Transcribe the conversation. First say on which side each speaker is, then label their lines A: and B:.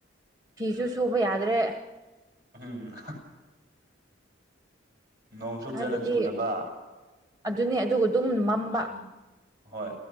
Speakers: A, on the right; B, on the right.
A: ꯐꯤꯁꯨ ꯁꯨꯕ ꯌꯥꯗ꯭ꯔꯦ
B: ꯎꯝ ꯅꯣꯡꯁꯨ
A: ꯍꯥꯏꯕꯗꯤ
B: ꯐꯖꯅ ꯆꯨꯗꯕ
A: ꯑꯗꯨꯅꯦ ꯑꯗꯨꯒ ꯑꯗꯨꯝ ꯃꯝꯕ
B: ꯎꯝ ꯍꯣꯏ